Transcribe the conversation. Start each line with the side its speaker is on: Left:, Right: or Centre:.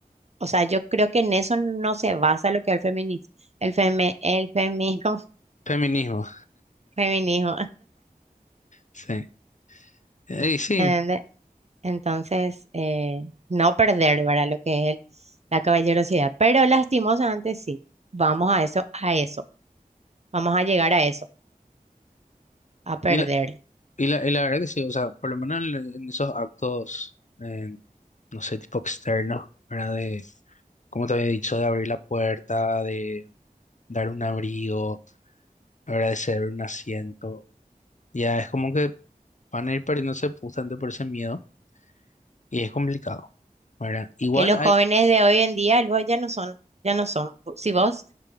Right: O sea, yo creo que en eso no se basa lo que es el feminismo, el feme- el feminismo,
Left: Feminismo.
Right: <laughs> feminismo.
Left: Sí, Eh, y sí,
Right: <laughs> Entonces, eh, no perder, ¿verdad? Lo que es el- la caballerosidad. Pero lastimosamente sí, vamos a eso, a eso. Vamos a llegar a eso, a perder.
Left: y la, y la, y la verdad que sí, o sea, por lo menos en, en esos actos, eh, no sé, tipo externos, ¿verdad? De, como te había dicho, de abrir la puerta, de dar un abrigo, agradecer un asiento, ya es como que van a ir perdiéndose justamente por ese miedo y es complicado, ¿verdad? Igual
Right: Que los
Left: hay,
Right: jóvenes de hoy en día, luego ya no son, ya no son. Si vos